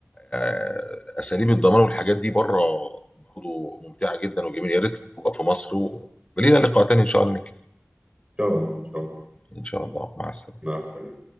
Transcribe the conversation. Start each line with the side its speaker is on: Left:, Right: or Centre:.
Left: آه، اساليب الضمان والحاجات دي بره برضو ممتعة جدا وجميلة يا ريت تبقى في مصر ولينا لقاء تاني ان شاء الله نتكلم
Right: شاء الله ان شاء الله
Left: ان شاء الله مع السلامة
Right: مع السلامه